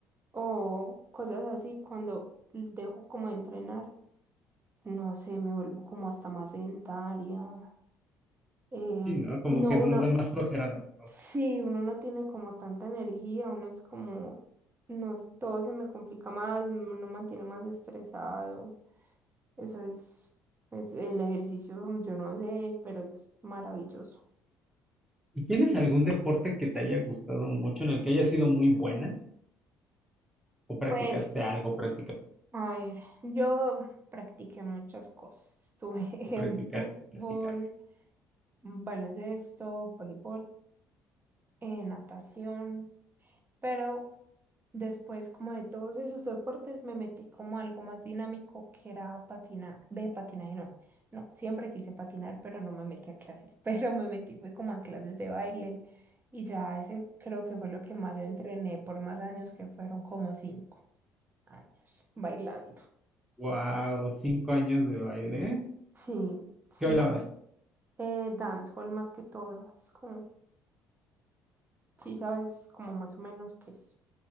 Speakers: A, on the right; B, in the centre.
A: o cosas así, cuando dejo como de entrenar, no sé, me vuelvo como hasta más sedentaria. em,
B: Sí, ¿no? Como
A: no,
B: que nos
A: uno,
B: da más flojera las cosas.
A: sí, uno no tiene como tanta energía, uno es como, no, todo se me complica más, uno mantiene más estresado. Eso es, es el ejercicio, yo no sé, pero es maravilloso.
B: ¿Y tienes algún deporte que te haya gustado mucho, en el que hayas sido muy buena? ¿O practicaste
A: Pues,
B: algo? ¿Practicaste?
A: a ver, yo practiqué muchas cosas. Estuve <laughs> en
B: ¿Practicaste?
A: fútbol,
B: ¿Practicaste?
A: baloncesto, voleibol, eh, natación, pero Después, como de todos esos deportes, me metí como a algo más dinámico que era patinar. Ve, patinaje no. No, siempre quise patinar, pero no me metí a clases. <laughs> Pero me metí fue como a clases de baile y ya ese creo que fue lo que más entrené por más años, que fueron como cinco años bailando.
B: Wow, cinco años de baile. ¿eh?
A: Sí, sí.
B: ¿Qué bailabas?
A: Eh, dancehall más que todo. Es como, sí, sabes, como más o menos qué es.